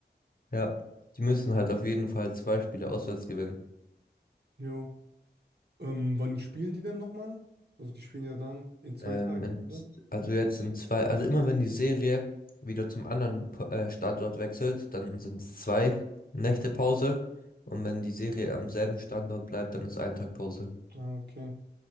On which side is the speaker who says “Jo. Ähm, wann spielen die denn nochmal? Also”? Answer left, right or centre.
Right